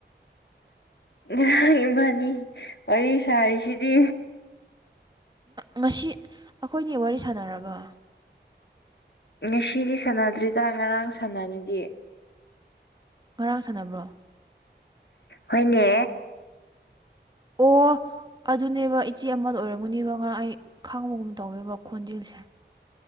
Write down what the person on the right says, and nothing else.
ꯉꯁꯤ ꯑꯩꯈꯣꯏꯅꯤ ꯋꯥꯔꯤ ꯁꯥꯟꯅꯔꯕ
ꯉꯔꯥꯡ ꯁꯥꯟꯅꯕ꯭ꯔꯣ
ꯑꯣꯐ ꯑꯗꯨꯅꯦꯕ ꯏꯆꯦ ꯑꯃꯗ ꯑꯣꯏꯔꯝꯒꯨꯅꯦꯕ ꯉꯔ ꯑꯩ ꯈꯥꯡꯕꯒꯨꯝ ꯇꯧꯋꯦꯕ ꯈꯣꯟꯖꯦꯜꯁꯦ